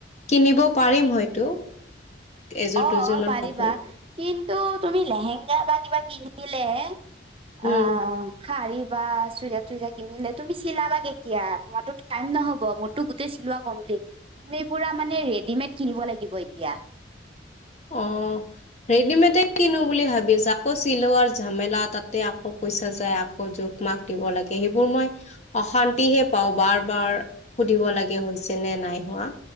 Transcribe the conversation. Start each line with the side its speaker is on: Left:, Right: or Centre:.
Left: কিনিব পাৰিম হয়তো। এযোৰ
Right: অ',
Left: দুযোৰ মান
Right: পাৰিবা
Left: কাপোৰ
Right: কিন্তু তুমি লেহেংগা বা কিবা কিনিলে অ',
Left: উম
Right: শাৰী বা চুইজাৰ তুইজাৰ কিনিলে তুমি চিলাবা কেতিয়া তোমাৰো টাইম নহ'ব মোৰতো গোটেই চিলোৱা কম লিট তুমি পুৰা মানে ৰেডিমেড কিনিব লাগিব এতিয়া।
Left: উম, ৰেডিমেডে কিনো বুলি ভাবি আছ আকৌ চিলোৱাৰ ঝামেলা তাতে আকৌ। পইচা যায় আকৌ জোখ মাখ দিব লাগে সেইবোৰ মই অশান্তিহে পাওঁ বাৰ বাৰ সুধিব লাগে হৈছে নে নাই হোৱা